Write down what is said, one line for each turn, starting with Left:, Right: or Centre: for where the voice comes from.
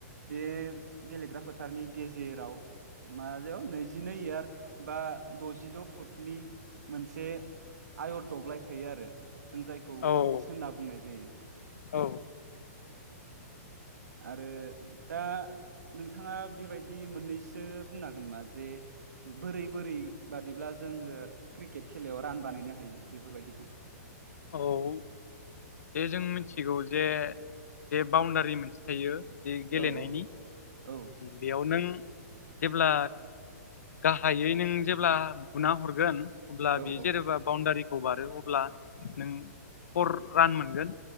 Right: बे गेलेग्रा फोथारनि गेजेराव माजायाव नैजिनै इयार्द बा दजिद' फुटनि मोनसे आयर दब्लाय थायो आरो जों जायखौ
Left: औ
Right: पिट्स होनना बुंनाय जायो
Left: औ
Right: आरो दा नोंथाङा बेबायदि मोननैसो बुंन हागोन नामा जे बोरै बोरै बादिब्ला जोङो क्रिकेट खेलायाव रान बानायनो हायो बेफोरबायदिखौ
Left: औ बे जों मिथिगौ जे जे बाउण्डारि मोनसे थायो ज गेलेनायनि
Right: औ औ औ
Left: बेयाव नों जेब्ला गाहायै नों जेब्ला बुना हरगोन अब्ला
Right: औ
Left: बे
Right: औ
Left: जेनेबा बाउणडारिखौ बारो अब्ला नों फर रान मोनगोन